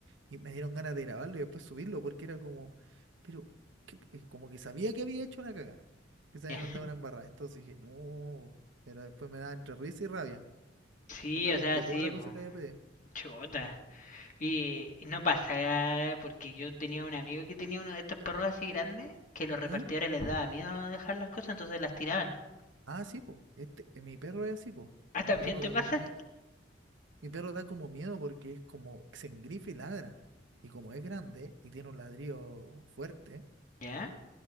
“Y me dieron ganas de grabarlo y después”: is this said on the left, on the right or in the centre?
Right